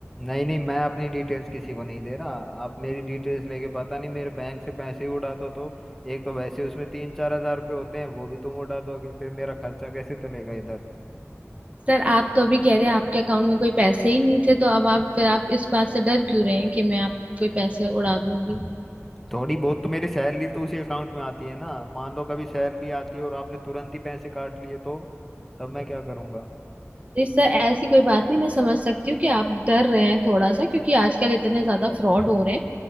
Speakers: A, in the centre; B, on the right.
A: नहीं नहीं मैं अपनी डिटेल्स किसी को नहीं दे रहा आप मेरी डिटेल्स लेके पता नहीं मेरे बैंक से पैसे ही उड़ा दो तो एक तो वैसे उसमें तीन चार हजार रुपये होते हैं वो भी तुम उड़ा दोगे फिर मेरा खर्चा कैसे चलेगा इधर
B: सर आप तो अभी कह रहे हैं आपके अकाउंट में कोई पैसे ही नहीं थे तो अब आप फिर आप इस बात से डर क्यों रहे हैं कि मैं आप कोई पैसे उड़ा दूंगी
A: थोड़ी बहुत तो मेरी सैलरी तो उसी अकाउंट में आती है ना मान लो कभी सैलरी आती है और आपने तुरंत ही पैसे काट लिए तो तब मैं क्या करूंगा
B: जी सर ऐसी कोई बात नहीं मैं समझ सकती हूँ कि आप डर रहे हैं थोड़ा सा क्योंकि आजकल इतने ज्यादा फ्रॉड हो रहे हैं